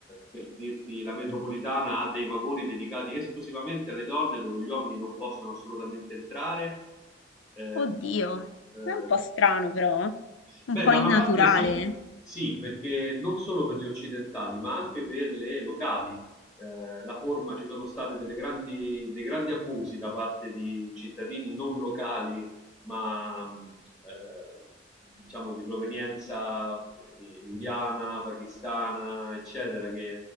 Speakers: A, on the left; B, on the left.
A: per dirti, la metropolitana ha dei vagoni dedicati esclusivamente alle donne dove gli uomini non possono assolutamente entrare. Eh,
B: Oddio,
A: eh,
B: è un po' strano però, un
A: Beh,
B: po'
A: da
B: innaturale,
A: una parte sì, sì, perché non solo per gli occidentali, ma anche per le locali. eh, la forma, ci sono state delle grandi, dei grandi abusi da parte di cittadini non locali, ma mh, eh, diciamo di provenienza eh, indiana, pakistana, eccetera, che